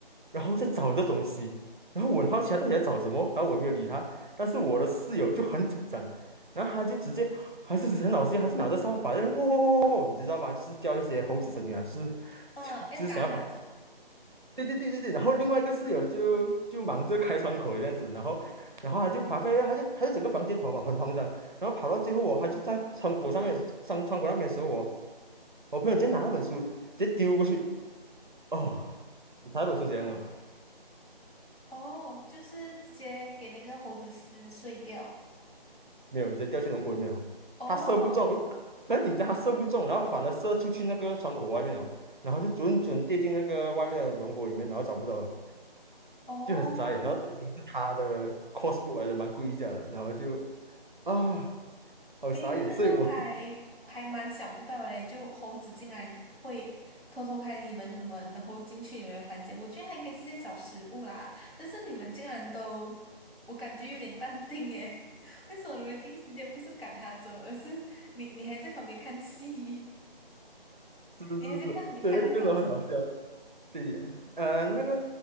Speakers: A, on the right; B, on the left.
A: 然后在找这东西。然后我很好奇它到底在找什么，然后我也没有理它。但是我的室友就很紧张，然后他就直接还是很老实，还是拿着扫把在那边喔喔喔喔，你知道吗？就是叫一些猴子声音啊，就是
B: <laughs> 呃，
A: <laughs>
B: 要赶他走，
A: 就是想要把。对对对对对，然后另外一个室友就就忙着开窗口这样子，然后然后他就爬飞，他就他就整个房间跑跑很慌张，然后跑到最后哦，他就在窗口上面上窗口那边的时候我我朋友直接拿那本书直接丢过去，哦，你猜那本书怎样啊？
B: 哦，就是直接给那个猴子撕碎掉。
A: 没有，直接掉进龙骨里面哦。
B: 哦
A: 他射不中，因为很紧张，他射不中，然后反而射出去那个窗口外面哦，然后就准准跌进那个外面的龙骨里面，然后找不到了，
B: 哦，
A: 就很傻眼。然后本身是他的 cosplay 来的，蛮贵一下的，然后就啊，好傻眼。
B: 诶，可是就还还蛮想不到诶，
A: 所以我 <laughs>
B: 就猴子竟然会偷偷开你们的门，然后进去你们的房间。我觉得他应该是在找食物啦，但是你们竟然都，我感觉有点淡定诶。<laughs> 为什么你们第一时间不是赶它走，而是你你还在旁边看戏，<laughs>
A: 是是是是，
B: 你还在看你还在找什么？
A: 所以那个真的很好笑。对，呃，那个